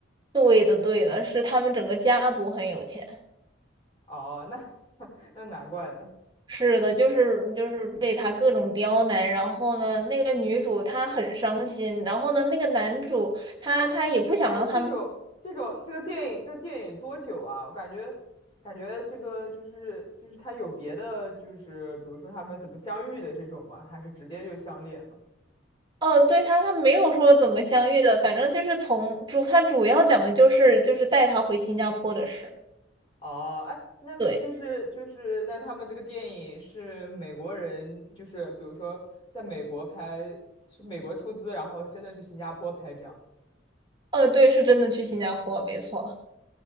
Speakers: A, on the right (about 25°); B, on the left (about 25°).
A: 对的，对的，是他们整个家族很有钱。
B: 哦，那 <laughs> 那难怪呢。
A: 是的，就是就是被他各种刁难，然后呢，那个女主她很伤心，然后呢，那个男主他他也不想让他们，
B: 呃，这种这种这个电影这个电影多久啊？我感觉感觉这个就是就是他有别的就是比如说他们怎么相遇的这种吗？还是直接就相恋了？
A: 哦，对他他没有说怎么相遇的，反正就是从主他主要讲的就是就是带他回新加坡的事。
B: 哦，哎，那就是就是那他们这个电影是美国人，
A: 对，
B: 就是比如说在美国拍，是美国出资，然后真的去新加坡拍这样。
A: 呃，对，是真的去新加坡，没错，